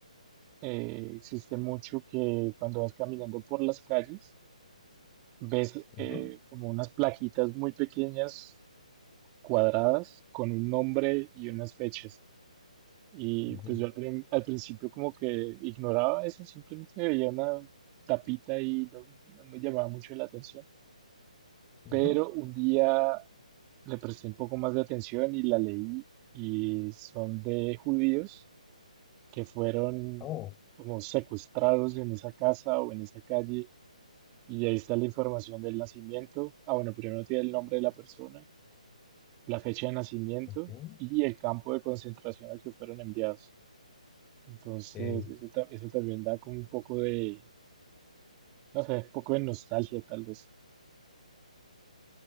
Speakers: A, on the right; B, on the left.
A: eh, existe mucho que cuando vas caminando por las calles ves
B: Ujú,
A: eh, como unas plaquitas muy pequeñas, cuadradas, con un nombre y unas fechas. Y
B: ujú,
A: pues yo al, prin- al principio como que ignoraba eso, simplemente veía una tapita y no no me llamaba mucho la atención.
B: ujú.
A: Pero un día le presté un poco más de atención y la leí y son de judíos que fueron
B: Oh,
A: como secuestrados en esa casa o en esa calle y ahí está la información del nacimiento. Ah, bueno, primero tiene el nombre de la persona, la fecha de nacimiento
B: ok.
A: y el campo de concentración al que fueron enviados. Entonces,
B: Eh,
A: eso, ta- eso también da como un poco de, no sé, un poco de nostalgia tal vez.